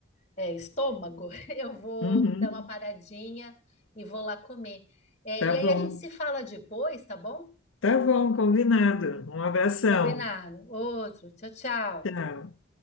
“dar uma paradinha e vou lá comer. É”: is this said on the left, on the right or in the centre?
Left